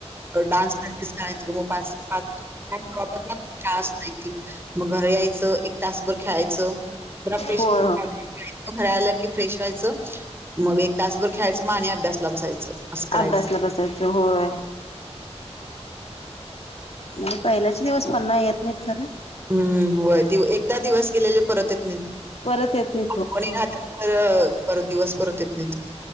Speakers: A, on the right; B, on the left.
A: अ डान्स प्रॅक्टिस करायचो. म पाच ते पाच म <unintelligible> शाळा सुटायची, म घरी यायचं एक तास भर खेळायचं. बरा फ्रेश
B: होय
A: <unintelligible>
B: होय.
A: घरी आला की व्हायचं, मग एक तासभर खेळायचं. म आणि अभ्यासला बसायचं. असं करायचं
B: अभ्यासला बसायच होय. मंग पहिल्याचे दिवस पण नाय येत नाहीत खरं,
A: हम्म, व्हय दिव एकदा दिवस गेलेले परत येत नाईत.
B: परत येत नाईत.
A: आठवणी राहत्यात खरं, परत दिवस परत येत नाहीत.